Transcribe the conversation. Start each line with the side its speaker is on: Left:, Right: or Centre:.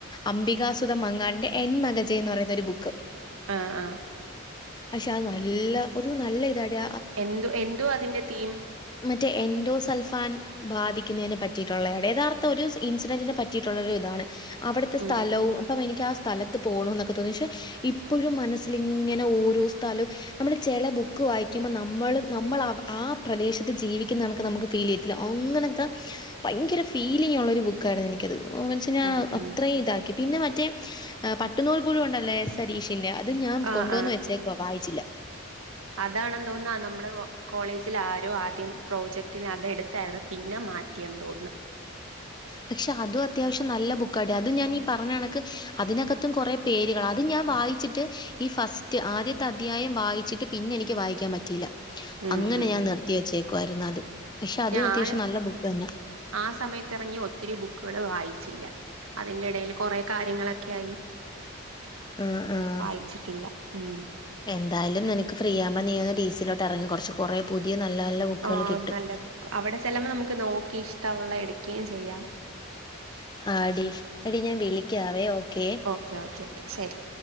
Left: അംബികാസുതം മങ്ങാടിന്റെ എൻ മകജ എന്ന് പറയുന്ന ഒരു ബുക്ക്
Right: ആഹ് ആഹ്
Left: ക്ഷെ ആഹ് നല്ല ഒരു നല്ല ഇതാടെ
Right: എന്ത് എന്തോ അതിന്റെ തീം
Left: മറ്റേ എൻഡോ സൾഫാൻ ബാധിക്കുന്നതിനെ പറ്റിയിട്ടുള്ള യഥാർത്ഥ ഒരു ഇൻസിഡന്റിനെ പറ്റിയിട്ടുള്ള ഒരു ഇതാണ് അവിടുത്തെ സ്ഥലവും
Right: ഉം
Left: അപ്പം എനിക്ക് ആ സ്ഥലത്ത് പോണു ന്നൊക്കെ തോന്നി ഇപ്പോഴും മനസ്സിൽങ്ങനെ ഓരോ സ്ഥലം നമ്മള് ചില ബുക്ക് വായിക്കുമ്പോ നമ്മളും നമ്മളാ ആ പ്രദേശത്ത് ജീവിക്കുന്ന കണക്ക നമുക്ക് ഫീൽ ചെയ്യത്തില്ല അങ്ങനത്തെ ഭയങ്കര ഫീലിംഗ്ള്ള ഒരു ബുക്കായിരുന്നു എനിക്കത് ഓമൻജ് ഞാൻ
Right: ഉം
Left: അത്രയും
Right: ഉം
Left: ഇതാക്കി പിന്നെ മറ്റേ പട്ടുന്നൂൽ പുഴുഉണ്ടല്ലേ. സരീഷിന്റ അത് ഞാൻ
Right: ആഹ്
Left: കൊണ്ടുവന്ന് വെച്ചേക്ക വായിച്ചില്ല
Right: അതാണ് തോന്നുന്ന നമ്മുടെ കോളേജിൽ ആരോ ആദ്യം പ്രോജക്ടിന് അത എടുത്തായിരുന്നു പിന്നെ മാറ്റിയെന്ന് തോന്നുന്നു
Left: പക്ഷെ അതും അത്യാവശ്യം നല്ല ബുക്കാടി അത് ഞാൻ ഈ പറഞ്ഞ കണക്ക് അതിനകത്തും കൊറെ പേരുകൾ അതും ഞാൻ വായി ചിട്ട് ഈ ഫസ്റ്റ് ആദ്യത്തെ അധ്യായം വായിച്ചിട്ട് പിന്നെ എനിക്ക് വായിക്കാൻ പറ്റിയില്ല
Right: ഉം
Left: അങ്ങനെ
Right: ഉം
Left: ഞാൻ നിർത്തി വെച്ചേക്കുവായിരുന്നു അത് പക്ഷെ അതും
Right: ഞാൻ
Left: അത്യാവശ്യം നല്ല ബുക്ക് തന്നാ
Right: ആ സമയത്ത് എറങ്ങിയ ഒത്തിരി ബുക്കുകള് വായിച്ചില്ല അതിന്റെ എടയിൽ കൊറെ കാര്യങ്ങൾ ഒക്കൊയായി
Left: ആഹ് ആഹ്
Right: വായിച്ചിട്ടില്ല ഉം
Left: എന്തായാലും നിനക്ക് ഫ്രീ ആകുമ്പം നീ ഒന്ന് ഡീസിലോട്ട് എറങ്ങ് കൊറച്ച് കൊറയും പുതിയ നല്ല നല്ല ബുക്കുകൾ
Right: ആ
Left: കിട്ടും
Right: നല്ല ബുക്ക് അവിടെ ചെല്ലുമ്പോൾ നമുക്ക് നോക്കി ഇഷ്ടമുള്ള എടുക്കയും ചെയ്യാം
Left: ആടീ എടി ഞാൻ വിളിക്കാവേ ഓക്കെ
Right: ഓക്കെ ഓക്കേ ശരി